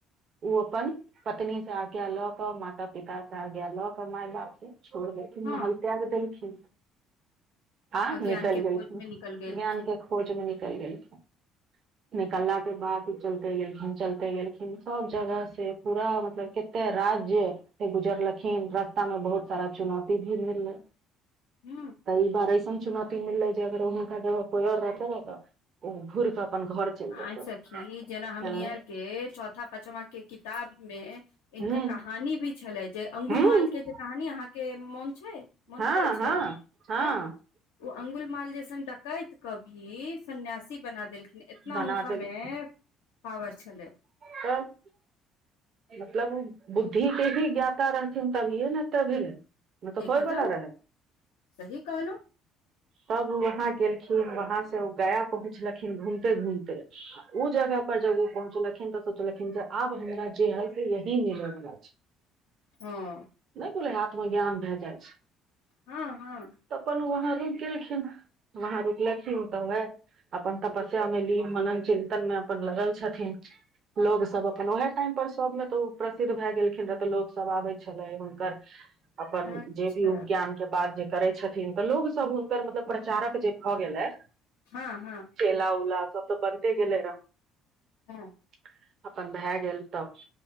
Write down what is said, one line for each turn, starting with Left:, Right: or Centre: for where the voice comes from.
Right: ओ अपन पत्नीसे आज्ञा लक माता पिता मसे आज्ञा लक। माय बाप के छोड़ देलखिन
Left: हँ
Right: महल त्याग देलखिन। आ
Left: अज्ञान
Right: निकैल
Left: के खोज
Right: गेलखिन
Left: मे निकल गेलखिन
Right: ज्ञानके खोजमे निकैल गेलखिन। निकलाके बाद चलते गेलखिन चलते गेलखिन सभ जगह से पूरा मतलब के। एते राज्यसे गुजरलखिन रास्तामे बहुत सारा चुनौती भी मिललै।
Left: हूँ।
Right: काइ बार ऐसन चुनौती मिलले जे, अगर हुनका जगह कोई और रहते रह त ओ घुरके अपन घर। चलि
Left: आ
Right: जेतै
Left: सखी जेना हम
Right: हँ
Left: नियरके चौथा पचमाके किताबमे। हिनकर
Right: हूँ
Left: कहानी भी छलै, जे अंगुल
Right: हूँ
Left: मालके जे कहानी अहाँकेँ मोन छै। मोन
Right: हँ,
Left: पड़ै छै
Right: हँ, हँ।
Left: तऽ ओ अंगुल माल जैसन डकैतके भी सन्यासी बना देलखिन एत। एतना
Right: बना
Left: हुनकामे
Right: देलखिन
Left: पावर छलै।
Right: तब। मतलब बुद्धिके भी ज्ञाता रहथिन तभि ने तभी। नहि तऽ
Left: एकदम
Right: होयवला रहै
Left: सही कहलो।
Right: तब वहा गेलखिन वहासे ओ गया पहुँचलखिन घूमते घूमते। उ जगह पर, जब उ पहुँचलखिन्ह तऽ। सोचलखिन जे आब हमरा जे है से यही मिल रहल अछि।
Left: हँ
Right: ने बोलै है, आत्मज्ञान भाए जाइ अछि।
Left: हँ, हँ।
Right: त अपन वहाँ रुकि गेलखिन वहाँं रुकलखिन त वेहा। अपन तपस्यामे ली मनन चिन्तनमे अपन लगल छथिन। लोग सभ अपन ओहे टाइम पर सभमे तऽ ओ प्रसिद्ध भए गेलखिन रहे तऽ लोग सभ आबे छले हुनकर।
Left: <inaudible>
Right: अपन
Left: अच्छा
Right: जे भी उ ज्ञानके बात जे करै छथिन तऽ लोग। सभ हुनकर मतलब प्रचारक जे भऽ गेलै।
Left: हँ, हँ।
Right: चला ऊला सभ तऽ बनते गेलै रहै।
Left: हँ
Right: अपन भए गेल तब